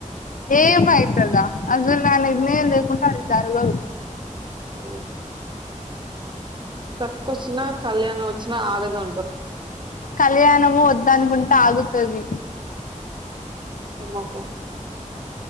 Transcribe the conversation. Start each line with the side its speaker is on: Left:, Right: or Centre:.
Left: ఏమయితద అసలు నా నిర్ణయం లేకుండా అది జరగదు
Right: ఓ కక్కొచ్చినా కళ్యాణం వచ్చినా ఆగదు అంటారు
Left: కళ్యాణము వొద్దు అనుకుంటే ఆగుతది
Right: నీ మొఖం